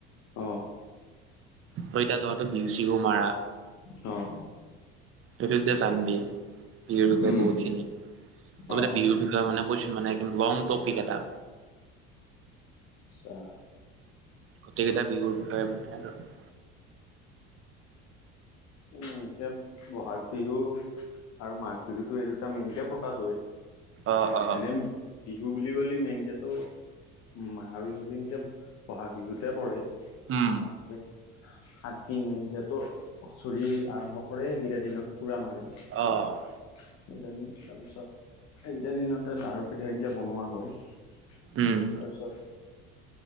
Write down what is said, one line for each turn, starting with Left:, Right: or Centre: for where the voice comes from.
Left: অ
Right: হয় তাত তহঁত বিহু চিহু মাৰা
Left: অ
Right: তই তেতিয়া যানবি বিহুৰ বিষয়ে
Left: উম
Right: বহুতখিনি লগতে
Left: অ
Right: বিহুৰ বিষয় মানে কচোন মানে একদম লং টপিক এটা
Left: আচ্ছা
Right: গোটেইকেইটা বিহুৰ বিষয়ে মানে আৰু
Left: <unintelligible> বহাগ বিহু আৰু মাঘ বিহুতো এই দুটা মেইনকে ফকাচ হয়
Right: অ', অ',
Left: এনে বিহু বুলি কলে মেইনক তো মাঘ বিহু সেনকে বহাগ বিহুতে পৰে
Right: উম,
Left: বহাগ জে সাতদিন এনকে ত হুচৰিয়ে আৰম্ভ কৰে সেইকেইটা দিনত পুৰা মাৰে
Right: অঁ
Left: এইকেইটা দিন তাৰপিছত এইকেইটা দিনতে লাৰু পিঠা এনকে বনোৱা হয় তাৰছত
Right: উম,